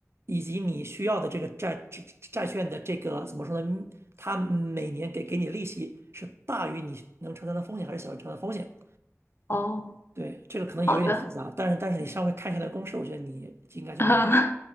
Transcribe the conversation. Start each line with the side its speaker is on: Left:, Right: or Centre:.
Right: 以及你需要的这个债债债券的这个怎么说呢？它每年给给你利息是大于你能承担的风险，还是小于承担的风险？
Left: 哦，
Right: 对，这个可能有一点复杂，
Left: 好的，
Right: 但是但是你稍微看一下那个公式，我觉得你应该就能明白，
Left: <laughs> 嗯